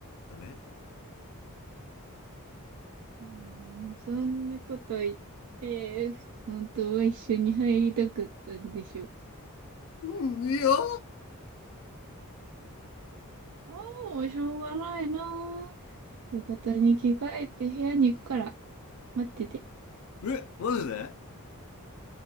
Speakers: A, on the left; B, on the right.
A: ダメ
B: うん、んそんなこと言って、本当は一緒に入りたかったんでしょ。
A: うんいいよ
B: ああ、しょうがないなあ。浴衣に着替えて部屋に行くから、待ってて。
A: えマジで